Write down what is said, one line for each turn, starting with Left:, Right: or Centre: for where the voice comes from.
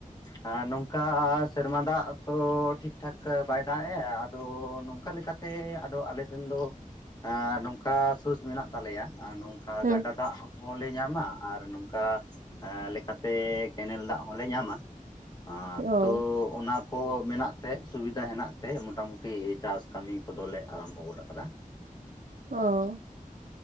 Left: ᱦᱮ ᱱᱚᱝᱠᱟ ᱥᱮᱨᱢᱟ ᱫᱟᱜ ᱛᱚ ᱴᱷᱤᱠᱴᱷᱟᱠ ᱵᱟᱭ ᱫᱟᱜ ᱮᱜ-ᱟ ᱟᱫᱚ ᱱᱚᱝᱠᱟ ᱞᱮᱠᱟᱛᱮ ᱥᱮ ᱟᱫᱚ ᱟᱞᱮᱥᱮᱱ ᱫᱚ ᱮ ᱱᱚᱝᱠᱟ ᱥᱳᱥ ᱢᱮᱱᱟᱜ ᱛᱟᱞᱮᱭᱟ
Right: ᱦᱩᱸ
Left: ᱜᱟᱰᱟ ᱫᱟᱜ ᱦᱚᱸᱞᱮ ᱧᱟᱢᱟ ᱟᱨ ᱱᱚᱝᱠᱟ ᱞᱮᱠᱟᱛᱮ ᱠᱮᱱᱮᱞ ᱫᱟᱜ ᱦᱚᱞᱮ ᱧᱟᱢᱟ ᱦᱟᱻ
Right: ᱚ
Left: ᱛᱚ ᱚᱱᱟ ᱠᱚ ᱢᱮᱱᱟᱜ ᱛᱮ ᱥᱩᱵᱤᱫᱟ ᱦᱮᱱᱟᱜ ᱛᱮ ᱢᱚᱴᱟ ᱢᱩᱴᱤ ᱪᱟᱥ ᱠᱟᱹᱢᱤ ᱠᱚᱫᱚᱞᱮ ᱟᱨᱟᱢᱵᱷᱚ ᱜᱚᱫ ᱟᱠᱟᱫᱟ
Right: ᱚ